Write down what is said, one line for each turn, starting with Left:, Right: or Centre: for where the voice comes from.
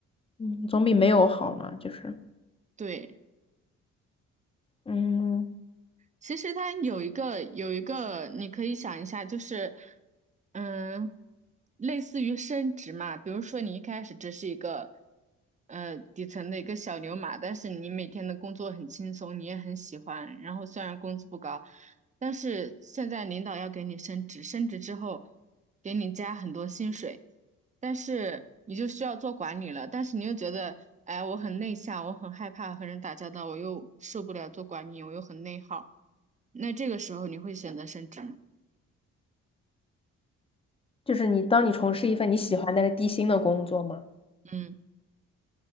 Left: 嗯，总比没有好嘛。就是，
Right: 对。
Left: 嗯，
Right: 其实它有一个有一个，你可以想一下，就是嗯，类似于升职嘛，比如说你一开始只是一个呃底层的一个小牛马，但是你每天的工作很轻松，你也很喜欢，然后虽然工资不高，但是现在领导要给你升职，升职之后给你加很多薪水。但是你就需要做管理了，但是你又觉得，哎，我很内向，我很害怕和人打交道，我又受不了做管理，我又很内耗，那这个时候你会选择升职吗？
Left: 就是你当你从事一份你喜欢但是低薪的工作嘛。
Right: 嗯，